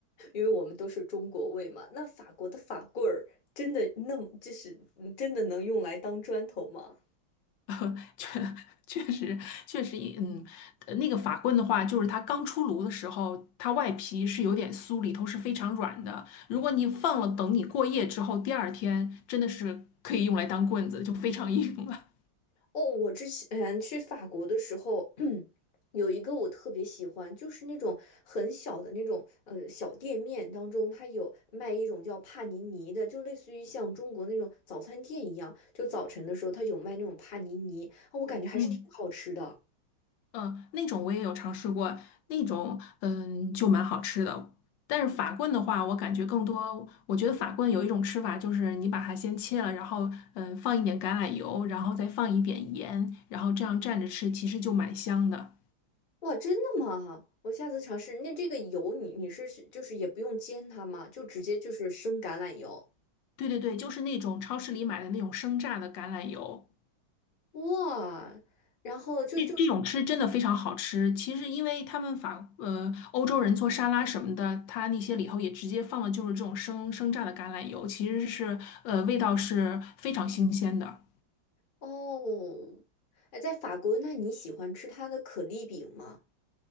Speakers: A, on the left; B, on the left.
A: 因为我们都是中国胃嘛。那法国的法棍儿真的那么就是嗯真的能用来当砖头吗？
B: <laughs> 确确实确实，嗯，呃那个法棍的话，就是它刚出炉的时候，它外皮是有点酥，里头是非常软的。如果你放了，等你过夜之后，第二天真的是可以用来当棍子，就非常硬了。
A: 哦，我之前去法国的时候，<clears throat> 有一个我特别喜欢，就是那种很小的那种呃小店面当中，它有卖一种叫帕尼尼的，就类似于像中国那种早餐店一样，就早晨的时候它有卖那种帕尼尼啊，我感觉还是挺好吃的。
B: <laughs> 嗯。嗯，那种我也有尝试过，那种嗯就蛮好吃的。但是法棍的话，我感觉更多，我觉得法棍有一种吃法，就是你把它先切了，然后嗯放一点橄榄油，然后再放一点盐，然后这样蘸着吃，其实就蛮香的。
A: 哇，真的吗？我下次尝试。那这个油你你是就是也不用煎它吗？就直接就是生橄榄油。
B: 对对对，就是那种超市里买的那种生榨的橄榄油。
A: 哇，然后就就
B: 这这种吃真的非常好吃。其实，因为他们法呃欧洲人做沙拉什么的，他那些里头也直接放了就是这种生生榨的橄榄油，其实是呃味道是非常新鲜的。
A: 哦，哎，在法国，那你喜欢吃它的可丽饼吗？